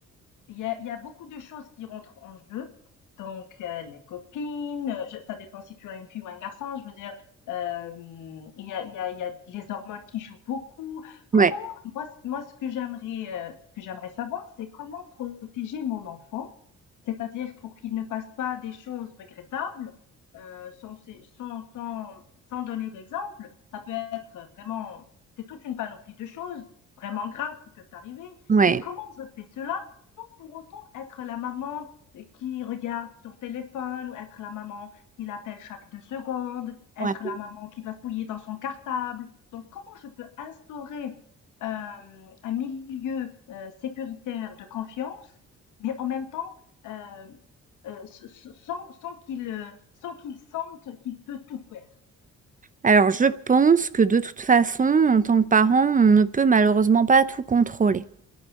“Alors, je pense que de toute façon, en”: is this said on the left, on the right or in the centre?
Right